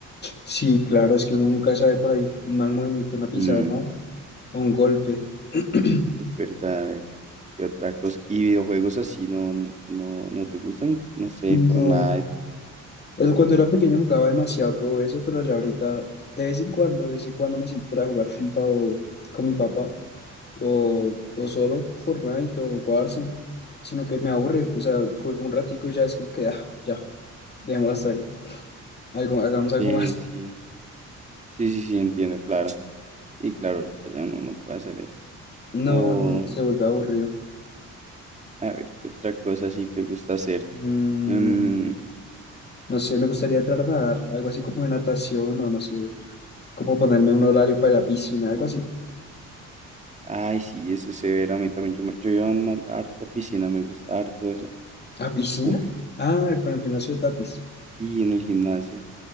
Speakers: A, on the left; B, on the right.
A: Sí, claro, es que uno nunca sabe por ahí. Un mal movimiento, una pisada
B: Mm,
A: mal o un golpe. <clears throat>
B: es verdad, a ver, ¿qué otra cosa? Y videojuegos así no, no, no te gustan, no sé,
A: No.
B: Fortnite.
A: O sea, cuando era pequeño jugaba demasiado todo eso, pero ya ahorita, de vez en cuando, de vez en cuando me siento para jugar FIFA o con mi papá, o, o solo Fortnite o Warzone, sino que me aburre. O sea, juego un ratico y ya es como que, ah, ya, dejémoslo hasta ahí. Algo, hagamos algo
B: Eh,
A: más.
B: sí, sí, sí, sí, entiendo, claro. Sí, claro, ahorita ya uno no puede hacer eso.
A: No,
B: O,
A: no, se vuelve aburrido.
B: a ver, ¿qué otra cosa sí te gusta hacer?
A: Mm,
B: Em,
A: no sé, me gustaría entrar a nadar, algo así como de natación o no sé, como ponerme un horario para ir a piscina, algo así.
B: Ay, sí, eso es severo. A mí también. Yo, me- yo iba en mal- harto a piscina, me gusta harto eso.
A: ¿A piscina?
B: Uf,
A: Ah, con el gimnasio de Tatis.
B: sí, en el gimnasio.